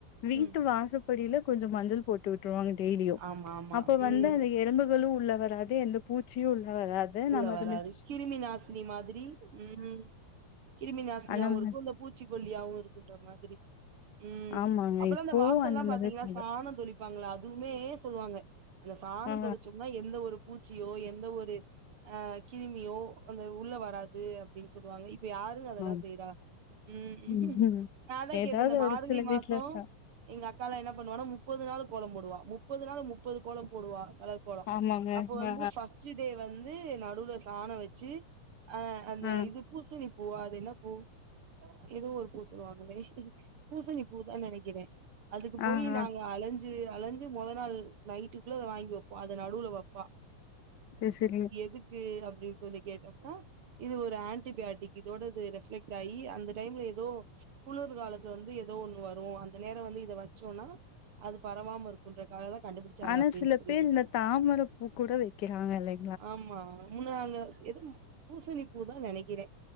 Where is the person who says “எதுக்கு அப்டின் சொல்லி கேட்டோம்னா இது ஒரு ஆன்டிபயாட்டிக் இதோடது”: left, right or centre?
Right